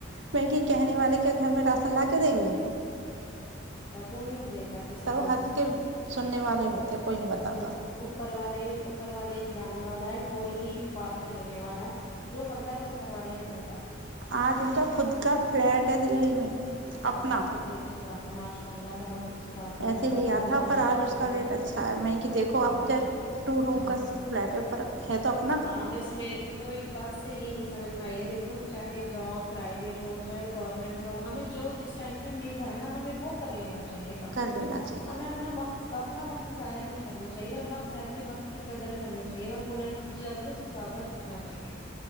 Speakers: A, on the right; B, on the left.
A: میں کی کہنے والے کیا گھر میں راشن لا کے دیں گے
B: کو نہیں جے کسی
A: سب
B: کو
A: ہنس
B: بھی
A: کے سننے والے ہوتے کوئی نہیں بتاتا
B: جی اوپر والے ہی اوپر والے کھلانے والا ہے وہ ہی بعد میں لینے والا ہے جو کرتا ہے بس اوپر والا ہی کرتا
A: آ چوںکا خود کا فلیٹ ہے دلی میں
B: بتاؤ
A: اپنا
B: کتنی اچھی بات ہے ماشاء اللہ بہت اچھی بات ہے اللہ
A: ایسے
B: تعالی
A: لیا
B: انہیں
A: تھا
B: اور
A: پر
B: ترقیاں
A: آج اس کا
B: دیں
A: ریٹ اچھا ہے میں کہ دیکھو
B: ہاں
A: آپ کیا ٹو روم
B: ہوں
A: کا فلیٹ ہے پر ہے تو اپنا
B: ہاں بس میرے کو تو ایک بات سے یہ ہی سمجھ میں آئی ہے دیکھ چاہے جاب پرائیویٹ ہو چاہے گورنمنٹ ہو ہمیں جو جس ٹائم پہ مل رہا ہے نا ہمیں وہ کر لینا چاہے
A: کر لینا چاہیے
B: ہمیں اپنا اپنا وقت ضائع نہیں کرنا چاہیے اور وقت رہتے وقت کی قدر کرنی چاہیے اور ہنر جیاد سے زیادہ سیکھنا چاہیے